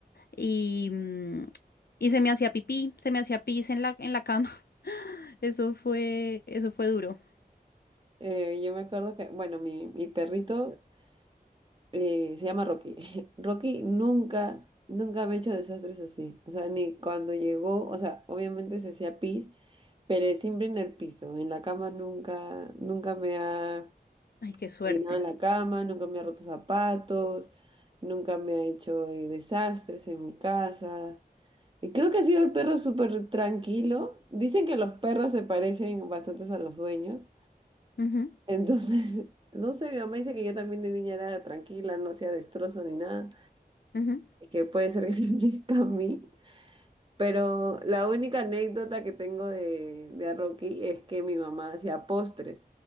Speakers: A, on the left; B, on the right.
A: Y, mm, y se me hacía pipí, se me hacía pis en la, en la cama. <laughs> Eso fue, eso fue duro.
B: eh, yo me acuerdo que, bueno, mi, mi perrito eh, se llama Rocky. <laughs> Rocky nunca, nunca me ha hecho desastres así. O sea, ni cuando llegó, o sea, obviamente se hacía pis, pero siempre en el piso. En la cama nunca, nunca me ha
A: Ay, qué suerte.
B: orinado en la cama, nunca me ha roto zapatos, nunca me ha hecho eh, desastres en mi casa. Y creo que ha sido el perro súper tranquilo. Dicen que los perros se parecen bastante a los dueños.
A: Ujú,
B: Entonces, <laughs> no sé, mi mamá dice que yo también de niña era tranquila, no hacía destrozo ni nada,
A: ujú,
B: y que puede ser que <laughs> se aplica a mí. Pero la única anécdota que tengo de, de a Rocky es que mi mamá hacía postres.